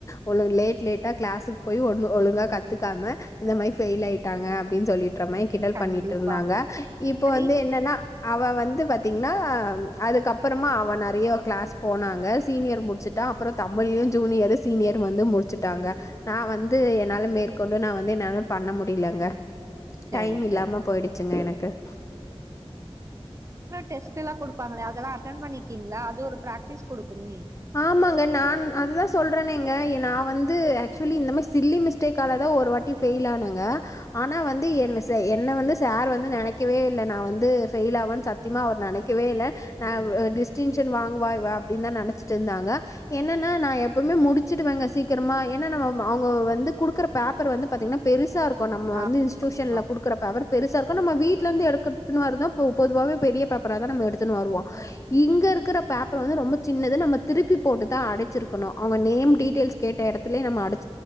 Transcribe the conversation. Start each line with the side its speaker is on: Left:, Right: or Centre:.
Left: ஒ லேட் லேட்டா கிளாஸுக்கு போய் ஒன்னு ஒழுங்கா கத்துக்காம இந்த மாதிரி ஃபெயில் ஆயிட்டாங்க அப்படின்னு சொல்லிட்டு மாதிரி கிண்டல்
Right: கண்டிப்பா
Left: பண்ணிட்டு இருந்தாங்க இப்ப
Right: சரி
Left: வந்து என்னன்னா அவன் வந்து பார்த்தீங்கன்னா அதுக்கப்புறமா அவன் நெறைய கிளாஸ் போனாங்க சீனியர் முடிச்சுட்டா அப்புறம் தமிழ்லயும் ஜூனியர் சீனியர் வந்து முடிச்சுட்டாங்க நான் வந்து என்னால மேற்க கொண்டு நான் வந்து என்னால பண்ண முடியலங்க
Right: சரி
Left: டைம் இல்லாம
Right: சரி
Left: போயிடுச்சுங்க எனக்கு க
Right: டெஸ்ட்ல்லாம் கொடுப்பாங்களே அதெல்லாம் அட்டன் பண்ணிருக்கீங்களா அது இது ஒரு பிராக்டிஸ் கொடுக்குமே
Left: ஆமாங்க நான் அதுதான் சொல்கிறேனேங்க நான் வந்து ஆக்சுவலி இந்த மாதிரி சில்லி மிஸ்டேக்கால தான் ஒரு வாட்டி ஃபெயில ஆனேங்க ஆனால் வந்து என் ச என்னை வந்து சார் வந்து நினைக்கவே இல்லை நான் வந்து ஃபெயில் ஆவேன்னு சத்தியமாக அவர் நினைக்கவே இல்லை ஆ
Right: ம்
Left: டிஸ்டடிக் வாங்குவா இவ அப்படின்னு த நினச்சு டு இருந்தாங்க என்னன்னா எப்பமே முடிச்சுட்டுவேங்க சீக்கிரமா அவங்க வந்து கொடுக்குற பேப்பர் வந்து பாத்தீங்கன்னா பெருசா இருக் ப்ப நம்ம
Right: ஆ
Left: வந்து இன்ஸ்டியூஷன்ல
Right: ஆ
Left: கொடுக்குற பேவர் பெருசா இருக்கும் நம்ம வீட்டு இருந்து எடுக்க த்துனு பொ பொதுவாவே பெரிய பேப்பராதா ந எடுத்துனு வருவோ இங்க இருக்கிற பேப்பர் வந்து ரொம்ப சின்னது நம்ம திருப்பி போட்டு தா அடைச்சிருக்கணு அவங்க நேம் டீடெயில்ஸ் கேட்ட இடத்துலய நம்ம அடிச்